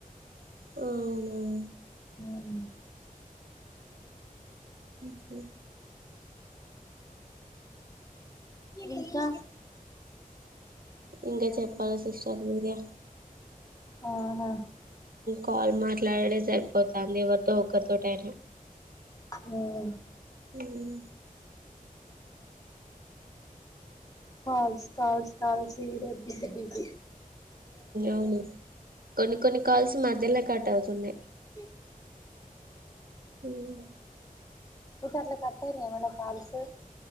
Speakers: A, on the right (about 75°); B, on the left (about 25°).
A: ఆవునా
B: మ్మ్
A: హమ్
B: ఇంకా
A: ఇంక చెప్పాల సిస్టర్ మీరే
B: ఆహా
A: కాల్ మాట్లాడుడే సరిపోతంది ఎవరితో ఒక్కరితోటైనా
B: హమ్
A: మ్
B: కాల్స్ కాల్స్ కాల్స్ ఇదే బిసి బిసి
A: అవును కొన్ని కొన్ని కాల్స్ మధ్యల్నే కట్ అవుతున్నాయి
B: <unintelligible>
A: ఉమ్,
B: మీకు అట్ల కట్టయినయ ఏమన్నా కాల్స్